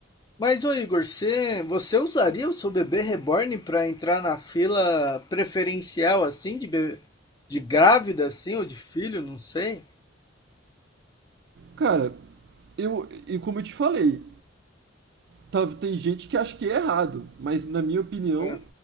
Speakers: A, on the left; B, on the right.
A: Mas, ô Igor, você, você usaria o seu bebê reborn para entrar na fila preferencial, assim, de bebê, de grávida, assim, ou de filho, não sei?
B: Cara, eu e como eu te falei, tá- tem gente que acha que é errado, mas na minha opinião,
A: É.